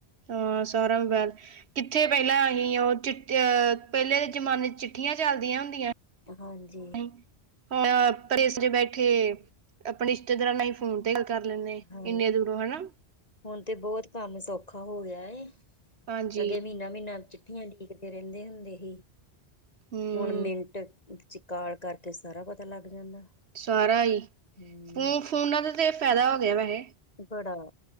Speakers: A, on the right; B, on the left.
A: ਹਾਂ ਸਾਰਾ ਮੋਬੈਲ ਕਿੱਥੇ ਪੈਲਾਂ ਅਹੀਂ ਓਹ ਚਿੱਟ ਅਹ। ਪਹਿਲੇ ਜਮਾਨੇ ਚ ਚਿੱਠੀਆਂ ਜਾਂਦਿਆ ਹੁੰਦੀਆਂ।
B: ਹਾਂਜੀ।
A: ਸੀ ਹੁਣ ਪਰਦੇਸ ਦੇ ਬੈਠੇ ਆਪਣੇ ਰਿਸ਼ਤੇਦਾਰਾਂ ਨਾਲ। ਫੋਨ ਤੇ ਗੱਲ ਕਰ ਲੈਂਦੇ
B: ਹਾਂ
A: ਇੰਨੇ ਦੂਰੋਂ ਹਨਾ।
B: ਹੁਣ ਤੇ ਬਹੁਤ ਕੰਮ ਸੌਖਾ ਹੋ ਗਿਆ ਏ
A: ਹਾਂਜੀ
B: ਅਗੇ ਮਹੀਨਾ-ਮਹੀਨਾ ਚ। ਚਿਠੀਆਂ ਓਡੀਕਦੇ ਰਹਿੰਦੇ ਹੁੰਦੇ ਸੀ
A: ਹਮ
B: ਹੁਣ ਮਿੰਟ। ਵਿਡਿਓ ਕਾਲ ਕਰਕੇ ਸਾਰਾ ਪਤਾ ਲੱਗ ਜਾਂਦਾ।
A: ਸਾਰਾ ਹੀ
B: ਹਮ
A: ਫੋ ਫੋਨਾਂ ਦਾ ਤੇ ਫਾਇਦਾ ਹੋ ਗਿਆ ਵੈਸੇ।
B: ਬੜਾ।